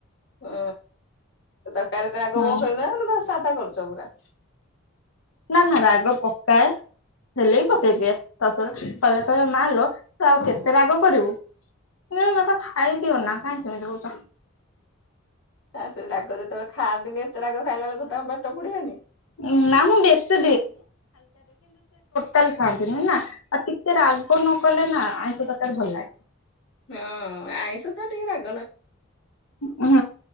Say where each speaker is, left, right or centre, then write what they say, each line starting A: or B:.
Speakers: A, on the left; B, on the left.
A: ହଁ ତକାରଟ ଆଗ
B: ହୁଁ
A: କ- ନ ଥଟା କରୁଛ ପୁରା।
B: ନା ନା ରାଗ ପକ୍କା ହେଲେ ବି ପକେଇଦିଏ ତା କହିବା କହିବା ମାଲ ତ ଆଉ କେତେ ରାଗ କରିବୁ। ମ ତ ଖାଇ ପିଉ ନା କାଇଁ ସେମିତି ହଉଚ।
A: ଆଉ ସେ ରାଗ ଯେତେବେଳେ ଖାଆନ୍ତିନି ଏତେ ରାଗ ଖାଇଲା ବେଳକୁ ତାଙ୍କ ପେଟ ପୋଡିବନି?
B: ନା ମୁଁ ବେଶୀ ତାେଲେ ଖାଆନ୍ତିନି ନା ଆଉ ଟିକେ ରାଗ ନ କଲେ ନା ଆଇଁଷି ତରକାର ଭଲ ଲାଗେନି।
A: ହଁ ଆଇଁଷ ତ ଠିକ ଲେ
B: ହୁଁ